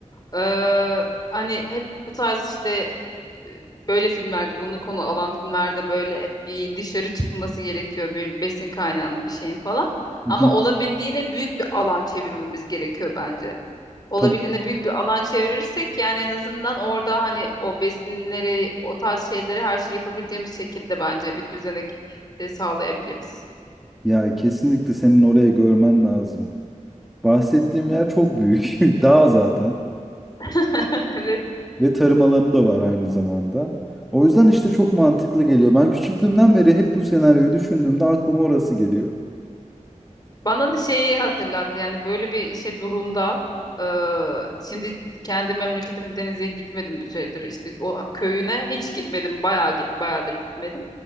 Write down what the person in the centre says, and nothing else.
Hı
hı.
Tabii.
Ya kesinlikle senin orayı görmen lazım. Bahsettiğim yer çok büyük. <laughs> Dağ zaten.
Ve tarım alanı da var aynı zamanda. O yüzden işte çok mantıklı geliyor. Ben küçüklüğümden beri hep bu senaryoyu düşündüğümde aklıma orası geliyor.